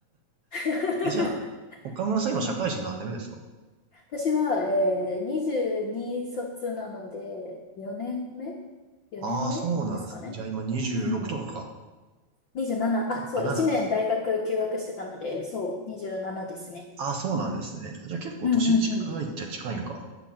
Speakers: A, on the left (about 60°); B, on the right (about 55°).
A: <laughs>
B: え、じゃあ、岡村さん今社会人何年目ですか
A: うん私は、えー、22卒なので、4年目 ?4
B: ああー、
A: 年目ですかね。
B: そうなんですね。じゃあ今26とかか。
A: うん。27、あ、そう、
B: あ、
A: 1年大学休学してたので、
B: 7。
A: そう、27ですね。
B: ああ、そうなんですね。じゃあ結構年近いっちゃ近いんか。
A: うんうんうん。